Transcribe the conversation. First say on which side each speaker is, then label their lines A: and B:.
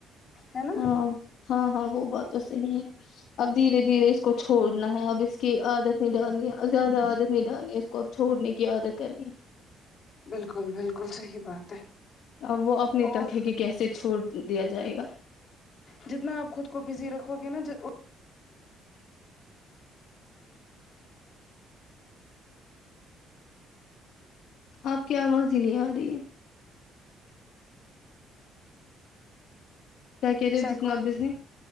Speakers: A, on the left (about 50°); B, on the left (about 70°).
A: ہے نا
B: ہاں ہاں ہاں وہ بہت تو صحیح ہے اب دھیرے دھیرے اس کو چھوڑنا ہے اب اس کی عادت نہیں ڈالنی ہے زیادہ عادت نہیں ڈالنی ہے اس کو اب چھوڑنے کی عادت کرنی
A: بالکل بالکل صحیح بات ہے
B: اب وہ اپنی
A: اور
B: تک ہے کہ کیسے چھوڑ دیا جائے گا
A: جتنا آپ خود کو بزی رکھو گے نا ج ات
B: آپ کی آواز ہی نہیں آ رہی ہے کیا کہہ رہے ہو
A: سائیکالوجی
B: جتنا بز ی